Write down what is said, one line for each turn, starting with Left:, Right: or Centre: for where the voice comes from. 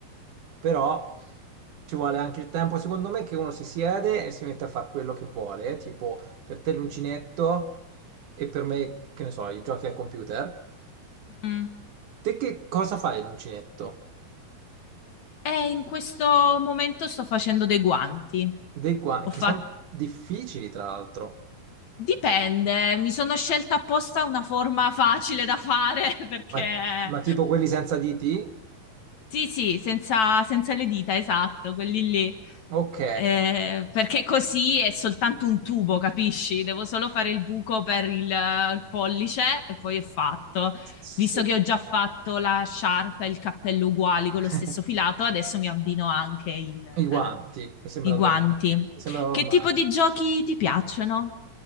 Right: Però ci vuole anche il tempo, secondo me, che uno si siede e si mette a fare quello che vuole, eh, tipo per te l'uncinetto e per me, che ne so, i giochi al computer.
Left: Mm.
Right: Te che cosa fai all'uncinetto?
Left: E in questo momento sto facendo dei guanti.
Right: Dei qua,
Left: Ho
Right: che
Left: fatto...
Right: sono difficili, tra l'altro.
Left: Dipende, mi sono scelta apposta una forma facile da fare <laughs> perché
Right: Ma, ma tipo quelli senza diti?
Left: Sì, sì, senza, senza le dita, esatto, quelli lì.
Right: Ok.
Left: Eh, perché così è soltanto un tubo, capisci? Devo solo fare il buco per il, il pollice e poi è fatto.
Right: Sì,
Left: Visto che ho già fatto la sciarpa e il cappello uguali con
Right: <laughs>
Left: lo stesso filato, adesso mi abbino anche il, eh,
Right: i guanti, mi sembra,
Left: i guanti.
Right: norm- mi sembra normale.
Left: Che tipo di giochi ti piacciono?